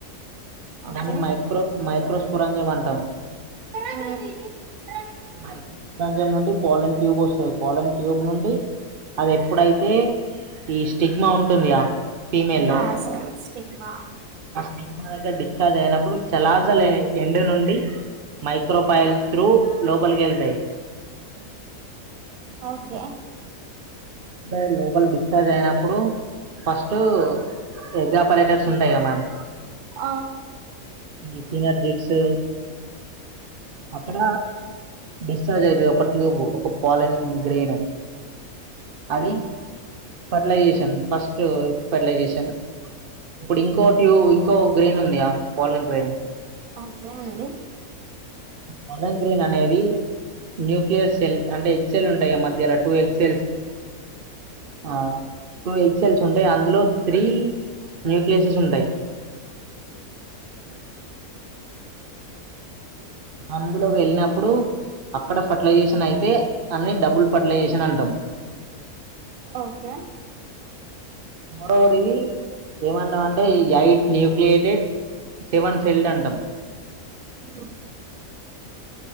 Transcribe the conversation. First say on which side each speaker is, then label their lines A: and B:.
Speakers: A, on the right; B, on the right.
A: ఓకే
B: దాన్ని మైక్రో మైక్రోస్ఫురాన్జమంటాం
A: ఉ
B: మై <unintelligible> నుండి పోలన్ ట్యూబ్ వస్తాది. పోలన్ ట్యూబ్ నుండి అది ఎప్పుడైతే ఈ స్టిగ్మా ఉంటుందిగా ఫీమేల్లో
A: ఆ స్టి స్టిగ్మా
B: సినిగమా దగ్గర డిశ్చార్జ్ అయినప్పుడు చలాసలు ఎం నుండి మైక్రోపాయల్ ్రూ లో్బల్ గెల్తాయి
A: ఓకే
B: ఇప్పుడే లోపలి బిక్టాజ్ అయినప్పుడు ఫస్ట్ ఎ్పరేటర్స్ ఉంటాయి కద మ్యామ్
A: ఆ
B: ఈ సీనిర్ జిప్స్ అక్కడ డిశ్చార్జ్ అయితే ఒక ట్యూబ్ ఒక పాలన్ గ్రైన్ అది ఫర్టిలైజేషన్ ఫస్ట్ ఫర్టిలైజేషన్ ఇప్పుడు ఇంకో ట్యూ ఇంకో గ్రైన్ ఉందియా పోాలన్ గ్రైన్
A: అఓకే అండి
B: పదన్ గ్రీన్ అనేవి న్యూక్లియస్ సెల్ అంటే ఎక్్ సెల్ ఉంటాయి మధ్యలా టూ ఎక్ ఆ టూ హెచ్ఎల్స్ ఉంటాయి అందులో త్రీ న్యూక్లియసస్ ఉంటాయి
A: ఉం
B: అందులోకి వెళ్ళినప్పుడు అక్కడ ఫర్టిలైజేషన్ అయితే అన్ని డబుల్ పట్ల చేసిన అంటం
A: ఓకే
B: మరోది ఏమంటం అంటే ఈ యైట్ న్యూక్లియోటైడ్ శివన్ సెల్ అంటం
A: ఉం